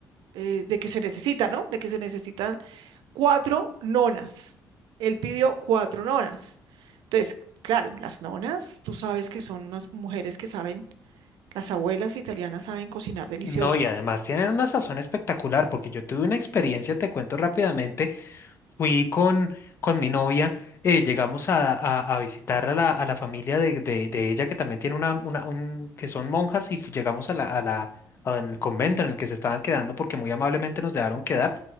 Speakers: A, on the right; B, on the left.
A: eh, de que se necesita, ¿no? De que se necesitan cuatro nonas. Él pidió cuatro nonas. Entonces, claro, las nonas, tú sabes que son unas mujeres que saben, las abuelas italianas saben cocinar delicioso.
B: No, y además tienen una sazón espectacular porque yo tuve una experiencia, te cuento rápidamente Fui con, con mi novia, eh, llegamos a, a- a visitar a la, a la familia de, de- de ella, que también tiene una, una- un, que son monjas, y fu- llegamos a la, a la, a- en el convento en el que se estaban quedando, porque muy amablemente nos dejaron quedar.